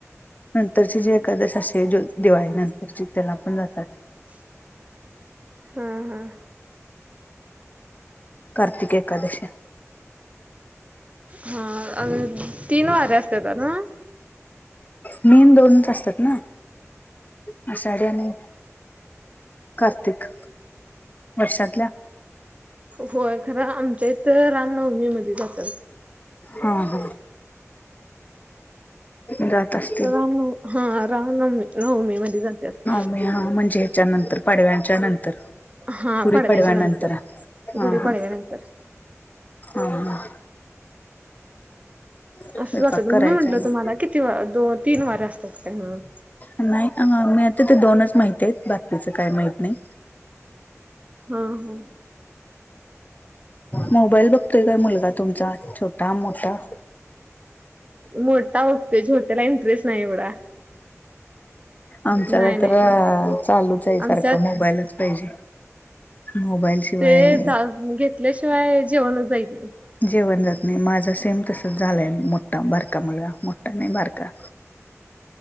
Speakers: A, on the left (about 30°); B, on the right (about 25°).
A: नंतरची जी एखकादशी असे दिवाळी नंतरची त्याला पण जातात
B: <inaudible> हा
A: कार्तिकेकादशी
B: हा तीन वाारे असते तर ना
A: मेन दोनच असतात ना आ सााढ आणि कार्तिक वर्षातल्या
B: होय खरं आमच्या इथं रामनवमी मध्ये जात्यात.
A: हा हा जात असतील
B: राम नवमी हा राम नवमी नवमी मध्ये जातात.
A: ह म्हणजे याच्या नंतर पाडव्यांच्या नंतर
B: हा
A: गुढी
B: पाडव्याच्या
A: पडव्यानंतर
B: नंतर
A: हा
B: गुढीपाडव्या
A: हा
B: नंतर.
A: हा हा स्वयंपाक
B: असं वाच म्हणा
A: करायचा
B: म्हटलं
A: आहे मग
B: तुम्हाला कि दोन तीन वार्या असतात काय म्हणून
A: नाही मी आता ते दोनच माहित आहेत बाकीचं काय माहत नाही.
B: हा हा
A: मोबाईल बघतोय काय मुलगा तुमचा छोटा मोठा‌
B: मोठा बघतोय छोट्याला इंटरेस्ट नाही एवढा.
A: आमच्याला
B: नाही नाही
A: तर चालुच आहे सारखं
B: आमच्यात
A: मोबाईलच पाहिजे मोबाईल. शिवाय
B: ते घेतल्याशिवाय जेवणच जायच नाही.
A: जेवण जात नाही माझा सेम तसच झालाय मोठा बारका मुलगा मोठा नाही बारका.